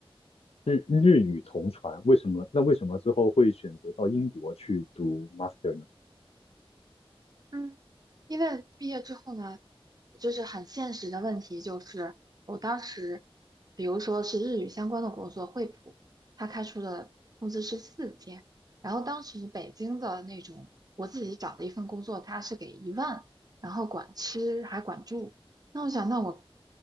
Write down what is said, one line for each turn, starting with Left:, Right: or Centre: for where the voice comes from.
Left: 日日语同传，为什么？那为什么最后会选择到英国去读 master 呢？
Right: 嗯。因为毕业之后呢，就是很现实的问题，就是我当时，比如说是日语相关的工作，惠普，他开出的工资是四千，然后当时北京的那种，我自己找的一份工作，他是给一万，然后管吃还管住，那我想，那我